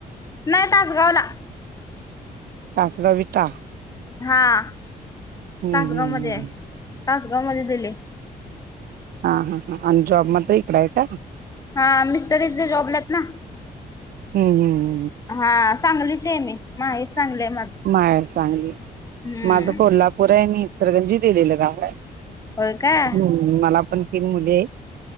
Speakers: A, on the left; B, on the right.
A: नाही तासगावला.
B: तासगाव विटा?
A: हां
B: हम्म
A: तासगावमध्ये
B: हम्म
A: आहे तासगावमध्ये दिले.
B: हां हां हां आणि जॉब म आता इकडं आहे काय?
A: हां मिस्टर इथे जॉबला आहेत ना.
B: हम्म हम्म.
A: हां सांगलीची आहे मी माहेर सांगली आहे माझं.
B: माहेर सांगली,
A: हम्म
B: माझं कोल्हापूर आहे मी इचलकरंजी दिलेलं गाव आहे.
A: होय काय हा
B: हम्म मला पण तीन मुली आहे